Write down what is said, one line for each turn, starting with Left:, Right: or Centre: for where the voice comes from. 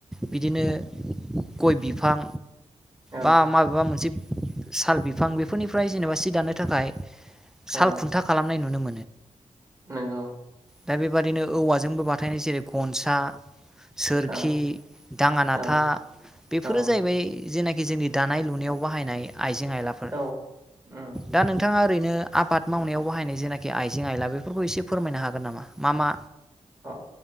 Centre: बिदिनो गय बिफां
Right: औ
Centre: बा माबेबा मोनसे। साल बिफां बेफोरनिफ्राय जेनेबा सि दानो थाखाय
Right: औ
Centre: साल खुन्था खालामनाय नुनो मोनो।
Right: नंगौ
Centre: दा बेबादिनो औवाजोंबो बाथायनाय जेरै गनसा। सोरखि
Right: औ
Centre: दाङानाथा
Right: औ
Centre: बेफोरो
Right: औ
Centre: जाहैबाय। जेनाखि जोंनि दानाय लुनायाव बाहायनाय आइजें आइलाफोर
Right: औ उम
Centre: दा नोंथांङा। ओरैनो आबाद मावनायाव बाहायनाय जेनाखि आइजें आइला बेफोरखौ एसे फोरमायनो हागोन नामा मा मा?
Right: अ